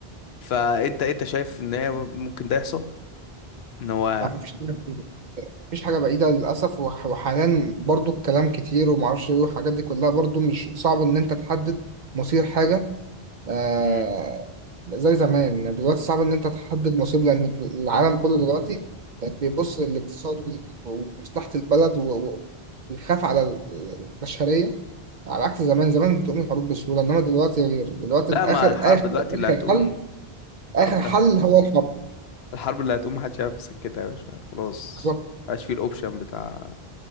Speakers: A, on the left; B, on the right.
A: فانت انت شايف ان هي ممكن ده يحصل ان هو
B: يعني مفيش حاجة بعيدة، مفيش حاجة بعيدة للأسف وح- وحاليا برضو الكلام كتير ومعرفش إيه والحاجات دي كلها برضو مش صعب إن أنت تحدد مصير حاجة آه
A: مم.
B: زي زمان دلوقتي صعب إن أنت تحدد مصير لأن العالم كله دلوقتي بيبص للاقتصاد و- ومصلحة البلد و- و- ويخاف على البشرية على عكس زمان زمان بتقوم الحروب بسهولة إنما دلوقتي دلوقتي
A: لا
B: آخر
A: ما الحرب
B: آخر
A: دلوقتي اللي
B: آخر
A: هتقوم
B: حل
A: الحرب
B: آخر
A: اللي
B: حل
A: هتقوم
B: هو
A: الحرب اللي هتقوم محدش عارف يسكتها يا باشا خلاص
B: الحرب
A: مبقاش فيه الاوبشن بتاع